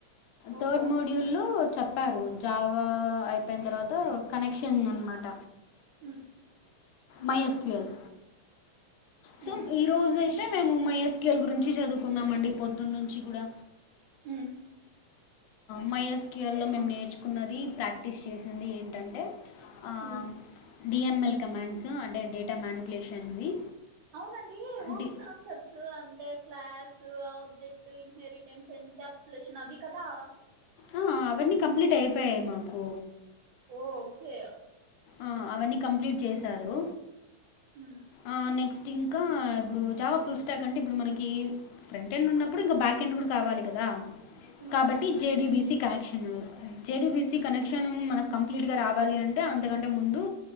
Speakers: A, on the right (about 75°); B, on the left (about 80°).
A: ఓహో
B: థర్డ్ మోడ్యూల్లో చెప్పారు జావా అయిపోయిన తర్వాత కనెక్షన్ అనమాట
A: మ్మ్
B: my S Q
A: hmm
B: L so
A: మ్మ్
B: ఈ రోజైతే మేము మైఎస్కేఎల్ గురించి చదువుకున్నాంమండి పొద్దున్నుంచి గూడా
A: మ్మ్
B: మైఎస్క్యియల్లో మేము నేర్చుకున్నది ప్రాక్టీస్ చేసింది ఏంటంటే ఆ
A: మ్మ్
B: డిఎంఎల్ కమాండ్స్ అంటే డేటా మ్యానిపులేషన్వి
A: ఔనండి ఓప్స్
B: డి
A: కాన్సెప్ట్ సు అంటే క్లాస్ ఆబ్జెక్ట్ ఇన్హెరిటెన్స్ ఎంకాప్సులేషన్ అవి కదా
B: ఆ అవన్నీ కంప్లీటైపోయాయి మాకు
A: ఓ ఓకే
B: ఆ అవన్నీ కంప్లీట్ చేసారు
A: మ్మ్
B: ఆ నెక్స్ట్ ఇంకా ఇప్పుడు జావా ఫుల్ స్టాక్ అంటే ఇప్పుడు మనకి ఫ్రంట్ ఎండ్ ఉన్నప్పుడు ఇంకా బ్యాకెండ్ కూడా కావాలి కదా
A: మ్మ్
B: కాబట్టి జేడీబిసి కనెక్షను జేడీబిసి
A: మ్మ్
B: కనెక్షను మన కం ప్లీట్గా రావాలి అంటే అంతకంటే ముందు